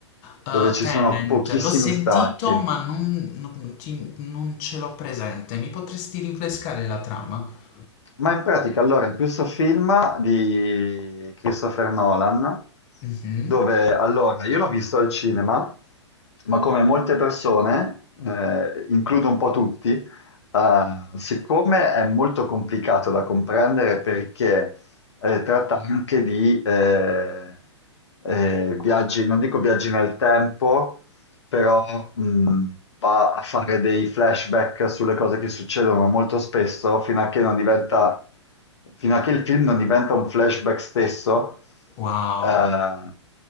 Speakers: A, on the left (about 30°); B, on the left (about 70°).
A: eh,
B: dove ci
A: Tenant,
B: sono pochissimi
A: l'ho sentito,
B: stacchi.
A: ma non, non ti- non ce l'ho presente. Mi potresti rinfrescare la trama?
B: Ma in pratica, allora, in questo film di Christopher Nolan,
A: Mhm.
B: dove allora io l'ho visto al cinema, ma come molte persone, eh, includo un po' tutti, Eh, siccome è molto complicato da comprendere perché eh, tratta anche di eh, eh, viaggi, non dico viaggi nel tempo, però mh, va a fare dei flashback sulle cose che succedono molto spesso fino a che non diventa, fino a che il film non diventa un flashback stesso.
A: Wow.
B: Eh,